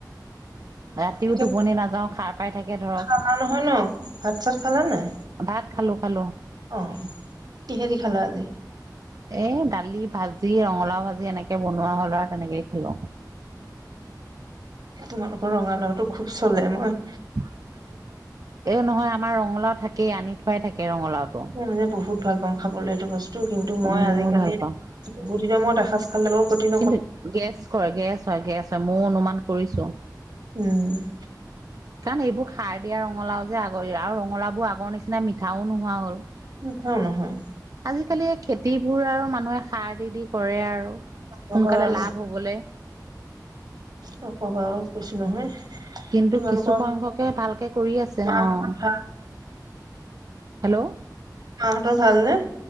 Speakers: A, on the right; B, on the right.
A: ৰাতিও
B: এতিয়া
A: টোপনি নাযাওঁ সাৰ পাই থাকে ধৰক
B: খালা নহয় ন, ভাত চাত খালা নাই?
A: ভাত খালোঁ, খালোঁ।
B: অ', কিহেদি খালা আজি?
A: এ, দালি, ভাজি, ৰঙালাও ভাজি, এনেকে বনোৱা হ'ল আৰু তেনেকে খালোঁ।
B: তোমালোকৰ ৰঙালাওটো খুব চলে ন।
A: এ, নহয় আমাৰ ৰঙালাও থাকেই, আনি থোৱাই থাকে ৰঙালাওটো।
B: মই মানে বহুত ভাল পাওঁ খাবলৈ এইটো বস্তু, কিন্তু মই
A: ময়ো
B: আজিকালি
A: ভাল পাওঁ
B: বহুদিনৰ মূৰত এসাজ ভাল নাপাওঁ <unintelligible>
A: কিন্তু গেছ কৰে, গেছ হয়, গেছ হয়, মই অনুমান কৰিছোঁ।
B: উম।
A: কাৰণ এইবোৰ সাৰ দিয়া ৰঙালাও যে, আগৰি আৰু ৰঙালাও বোৰ আগৰ নিচিনা মিঠাও নোহোৱা হ'ল।
B: <unintelligible> নহয়।
A: আজিকালি খেতিবোৰ আৰু মানুহে সাৰ দি দি কৰে আৰু। সোনকালে
B: হ'ব আৰু
A: লাভ হবলে
B: নকবা আৰু কৈছোঁ নহয়।
A: কিন্তু
B: তোমালোকৰ
A: কিছুসংখ্যকে ভালকে কৰি আছে।
B: মাহঁতৰ
A: অ',
B: ভাল
A: হেল্ল'।
B: মাহঁতৰ ভালনে?